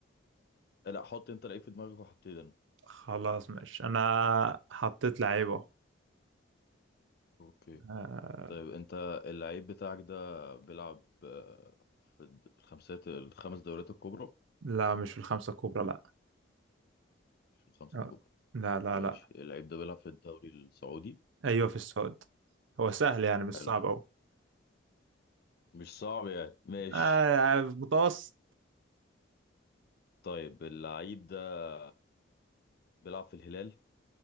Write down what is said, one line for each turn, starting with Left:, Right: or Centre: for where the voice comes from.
Left: لا حط انت لعيب في دماغك وهبتدي انا
Right: خلاص ماشي انا حطيت لعيبه
Left: اوكي
Right: آه،
Left: طيب انت اللعيب بتاعك ده بيلعب آه، في الد- في الخمسات الخمس دوريات الكبرى
Right: لا مش في الخمسه الكبرى لا
Left: مش في الخمسة
Right: آه،
Left: الكبرى
Right: لا لا
Left: ماشي
Right: لا
Left: اللعيب ده بيلعب في الدوري السعودي
Right: ايوه في السعود هو سهل يعني مش
Left: حلو
Right: صعب أوي
Left: مش صعب يعني ماشي
Right: آه آه، متوسط
Left: طيب اللعيب ده بيلعب في الهلال